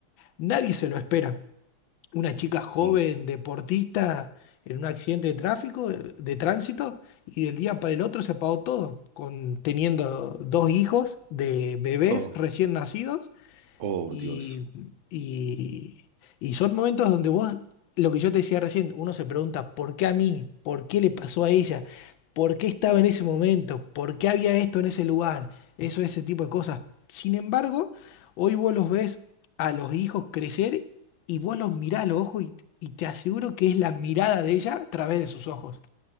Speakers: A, on the left; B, on the right.
A: nadie se lo espera una chica joven,
B: eso.
A: deportista, en un accidente de tráfico, de, de tránsito, y del día para el otro se apagó todo, con, teniendo dos hijos de bebés
B: Oh,
A: recién nacidos
B: oh,
A: y,
B: Dios.
A: y, y son momentos donde vos, lo que yo te decía recién, uno se pregunta, ¿por qué a mí? ¿Por qué le pasó a ella? ¿Por qué estaba en ese momento? ¿Por qué había esto en ese lugar? Eso, ese tipo de cosas. Sin embargo, hoy vos los ves a los hijos crecer y vos los mirás a los ojos y, y te aseguro que es la mirada de ella a través de sus ojos.